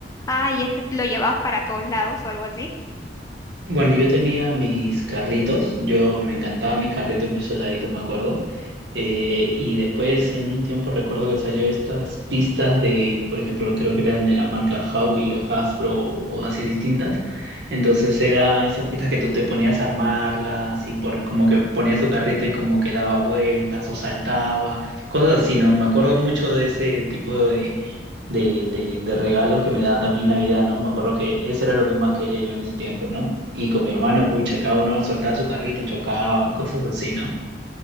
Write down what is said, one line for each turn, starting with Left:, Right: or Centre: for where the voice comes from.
Left: ay, este lo llevabas para todos lados o algo así?
Right: Bueno, yo tenía mis carritos, yo me encantaba mis carritos, mis soldaditos, me acuerdo. Eh, y después en un tiempo recuerdo que salió estas pistas de, por ejemplo, creo que eran de la marca Howie o Hasbro o así distintas. Entonces era esas pistas que tú te ponías a armarlas y por como que ponías tu carrito y como que daba vueltas o saltaba, cosas así, ¿no? Me acuerdo mucho de ese tipo de, de, de regalos que me daban también en Navidad, ¿no? Me acuerdo que eso era lo que más quería yo en ese tiempo, ¿no? Y con mi hermano, pucha, cada uno soltaba su carrito, chocaban, cosas así, ¿no?